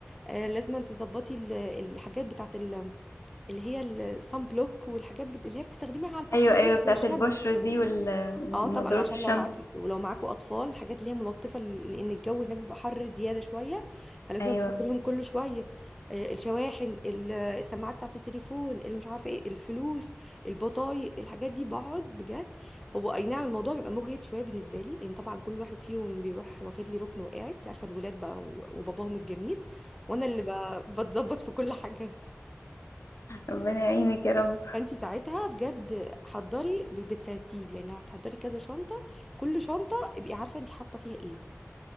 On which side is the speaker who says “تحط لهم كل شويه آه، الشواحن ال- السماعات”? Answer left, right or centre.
Centre